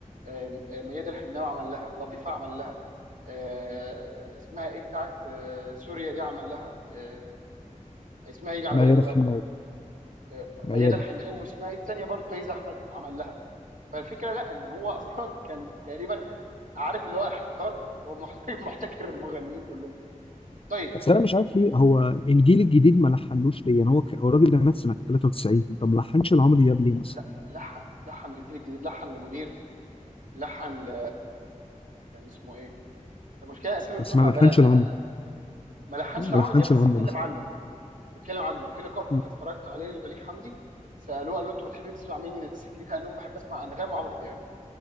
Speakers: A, on the right (about 75°); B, on the left (about 45°).
A: آم، آم، ميادة الحناوي عمل لها لطيفه عمل لها آه، اسمها ايه بتاعت آه، سوريا دي عمل لها آه، اسمها يجي على
B: مياده
A: بالي دلوقتي
B: الحناوي
A: آه،
B: مياده
A: ميادة الحناوي واسمها ايه الثانيه برضه فايزه احمد عمل لها فالفكره لا ان هو اصلا <laughs> كان تقريبا عارف اللي هو احتكار هو محت- <laughs> محتكر المغنيين كلهم طيب
B: بس انا مش عارف ليه هو الجيل الجديد ما لحنوش ليه يعني هو ك- هو الراجل ده مات سنه 93 طب ما لحنش العمر دياب ليه مثلا
A: لا لحن لحن للجيل الجديد لحن لمنير لحن ل كان اسمه ايه المشكله الاسامي بتروح
B: بس ما
A: على
B: لحنش
A: بالي انا
B: العمر
A: انا ما لحنش
B: ما
A: لعمرو
B: لحنش
A: دياب بس
B: العمر
A: اتكلم
B: مثلا
A: عنه اتكلم عنه في لقاء كنت
B: مم.
A: اتفرجت عليه لبليغ حمدي سالوه قال له انتوا بتحبوا تسمع مين من الناس الجديده قال لهم بحب اسمع انغام وعمرو دياب